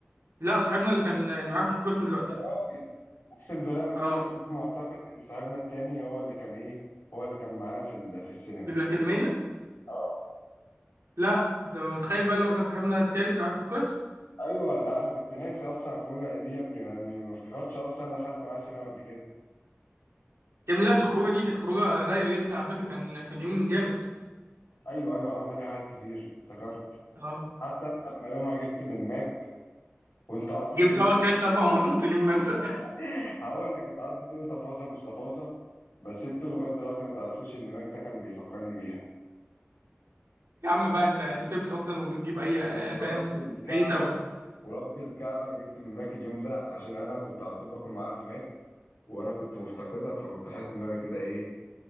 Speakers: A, on the right; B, on the left.
A: لا صاحبنا اللي كان اللي معاك في القسم دلوقتي
B: يا راجل اقسم بالله انا كل
A: اه
B: ده معتقد ان صاحبنا التاني هو اللي كان ايه هو اللي كان معانا في ال- في السينما
A: اللي في الاكاديميه
B: اه
A: لا انت متخيل بقى اللي هو كان صاحبنا التالت اللي معاك في القسم
B: ايوه لا انا كنت ناسي اصلا الخروجه دي يا ابني انا م- ما افتكرتش اصلا انا دخلت معاه سينما قبل كده
A: يا ابني لا دي الخروجه دي كانت خروجه رايقه جدا على فكره كان كان يوم جامد
B: ايوه ايوه عملنا فيها حاجات كتير افتكرت
A: اه
B: حتى انا لما يومها جبت من ماك وانت قعدت
A: جبت
B: تقول
A: اه اكلت اربع مرات اليوم ده انت
B: <laughs>
A: <laughs>
B: هقول لك انت قعدت تقول تفاصيل مش تفاصيل بس انتوا لغايه دلوقتي ما تعرفوش ان ماك ده كان بيفكرني بيها
A: يا عم بقى انت انت تفس اصلا وبتجيب اي آه،
B: ورب
A: فاهم
B: الكعبة
A: اي سبب
B: ورب الكعبة أنا جبت من ماك اليوم ده عشان أنا كنت على طول باكل معاها في ماك وأنا كنت مفتقدها فكنت حاسس إن أنا كده إيه